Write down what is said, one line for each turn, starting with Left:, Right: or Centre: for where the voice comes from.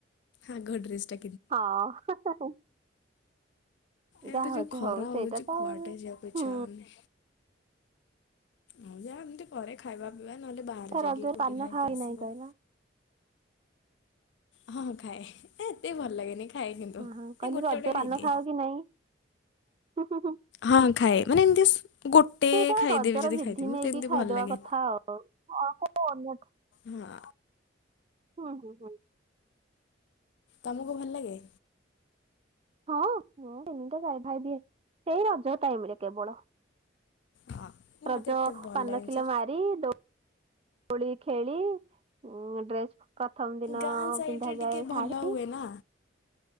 Left: ଆଗ ଡ୍ରେସ ଟା।
Right: ହଁ।
Left: ଏତ
Right: ଯାହା ହଉଛି
Left: ଯୋଉ ଖରା
Right: ହଉ
Left: ହଉଛି
Right: ସେଇଟା ତ
Left: କୁଆଡେ
Right: ଆଉ
Left: ଯିବାକୁ ଇଛା
Right: ହୁଁ
Left: ହଉନି। ହଉ ଯାହା ଏମିତି ଘରେ ଖାଇବା ପିଇବା ନହେଲେ ବାହରେ
Right: ତା
Left: ଯାଇକି
Right: ରଜରେ
Left: କୋଉଠି
Right: ପାନ
Left: ଖାଇକି
Right: ଖାଅ କି
Left: ଆସିବ।
Right: ନାହିଁ କହିଲ
Left: ହଁ ଖାଏ ଏତେ ଭଲ ଲାଗେନି। ଖାଏ କିନ୍ତୁ
Right: ହଁ ହଁ କହିଲି
Left: ଗୋଟେ
Right: ରଜ
Left: ଗୋଟେ
Right: ପାନ
Left: ଖାଇଦିଏ।
Right: ଖାଅ କି ନାଇଁ? ହୁଁ ହୁଁ ହୁଁ
Left: ହଁ ଖାଏ ମାନେ ଏମିତି। ହଁ ଗୋଟେ
Right: ସେଇଟା
Left: ଖାଇଦେବି
Right: ରଜର
Left: ଯଦି
Right: ବିଧି
Left: ଖାଇଥିବୁ
Right: ନେଇକି
Left: ଏମିତି
Right: ଖାଇଦବା
Left: ଭଲ ଲାଗେ।
Right: କଥା ଆଉ। ଅଳ୍ପ ଅନର୍ଥ
Left: ହଁ।
Right: ହୁଁ ହୁଁ ହୁଁ।
Left: ତମକୁ ଭଲ ଲାଗେ?
Right: ହଁ ମୁଁ ତିନିଟା ଯାାଇ ଭାଇ ଦିଏ ସେଇ ରଜ ବଳ
Left: ହଁ ନା
Right: ରଜ
Left: ମତେ ଏତେ ଭଲ
Right: ପାନ
Left: ଲାଗେନି
Right: କିଲୋ
Left: ସେ
Right: ମାର ଦୋଳି ଖେଳି ଉ ଡ୍ରେସ ପ୍ରଥମ ଦିନ
Left: ଗାଁ ସାଇଡରେ
Right: ପିନ୍ଧାାଯାଏ
Left: ଟିକେ ଭଲ
Right: ଶାଢୀ
Left: ହୁଏ ନା।